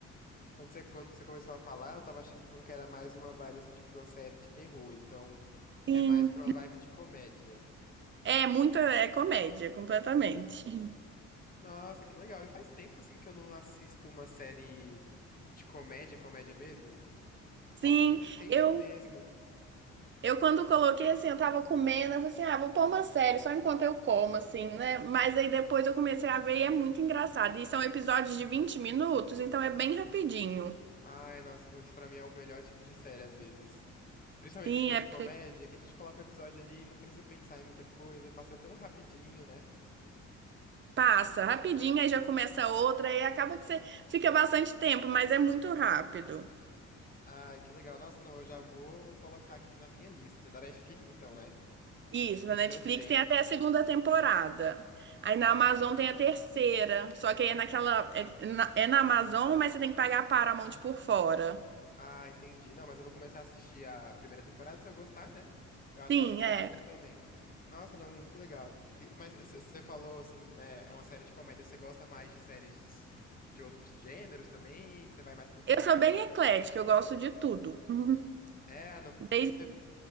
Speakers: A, on the left; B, on the right.
A: Quando você, quando você começou a falar, eu tava achando então que era mais uma vibe assim, tipo, de uma série de terror. Então,
B: Sim.
A: é mais pra uma vibe de comédia.
B: É muito, é comédia, completamente. <laughs>
A: Nossa, que legal. E faz tempo assim que eu não assisto uma série de comédia, comédia mesmo?
B: Sim,
A: Nossa, muito tempo
B: eu
A: mesmo.
B: eu quando coloquei assim, eu tava comendo, eu falei assim, ah, vou pôr uma série só enquanto eu como, assim, né? Mas aí depois eu comecei a ver e é muito engraçado. E são episódios de 20 minutos, então é bem rapidinho.
A: Ai, nossa, pois pra mim é o melhor tipo de série às vezes. Principalmente
B: Sim,
A: se for
B: é,
A: de comédia, que a gente coloca um episódio ali e não precisa pensar em muita coisa, passa tão rapidinho, né?
B: passa rapidinho, aí já começa outra, aí acaba que você fica bastante tempo, mas é muito rápido.
A: Ai, que legal. Nossa, não, eu já vou colocar aqui na minha lista. Da Netflix então, né?
B: Isso,
A: Netflix
B: na Netflix
A: eu tenho.
B: tem até a segunda temporada. Aí na Amazon
A: Ah, que
B: tem
A: legal.
B: a terceira. Só que aí é naquela. É na, é na Amazon, mas você tem que pagar a Paramount por fora.
A: Ah, entendi. Não, mas eu vou começar a assistir a primeira temporada se eu gostar, né? Eu até
B: Sim,
A: assisto
B: é.
A: as outras também. Nossa, não, muito legal. E- mas você falou assim, né? É uma série de comédia. Você gosta mais de séries de outros gêneros também? Você vai mais pro quê,
B: Eu sou bem
A: geralmente?
B: eclética, eu gosto de tudo. <laughs>
A: É, não, porque
B: Desde.
A: você